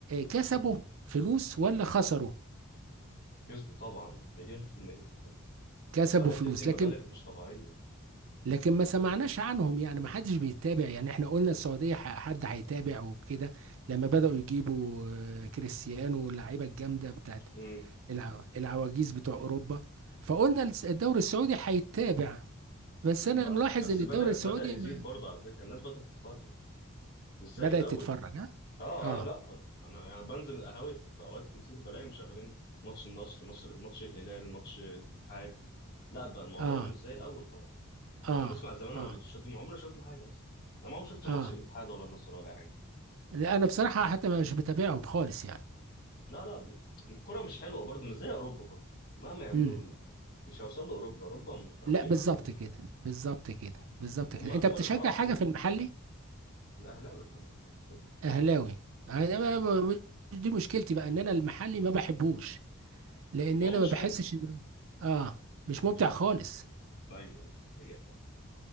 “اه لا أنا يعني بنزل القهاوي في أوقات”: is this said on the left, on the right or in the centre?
Left